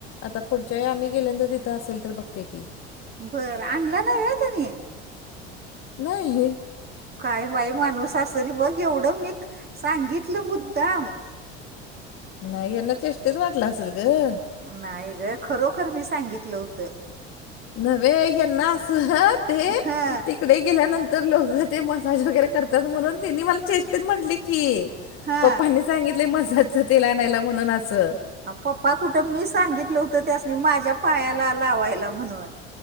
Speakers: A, on the left; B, on the right.
A: आता पुढच्या वेळी आम्ही गेल्या जर तिथं असेल तर बघते की,
B: बर, आनला नाही वय तुम्ही.
A: नाही.
B: काय बाई माणूस असल बघ, एवढं मी सांगितलं मुद्दाम
A: नाही यांना चेष्टत वाटलं असल ग.
B: नाही ग, खरोखर मी सांगितलं होतं.
A: नव्हे ह्यंना असं ते
B: हा.
A: तिकडे गेल्यानंतर लोकं ते मसाज वगैरे करत्यात, म्हणून त्यांनी मला चेष्टेत म्हटले की,
B: हा
A: पप्पांनी सांगितलय मसाजाचं तेल आणायला म्हणून असं.
B: पप्पा कुठं, मी सांगितलं होतं त्यासनी माझ्या पायाला लावायला म्हणून.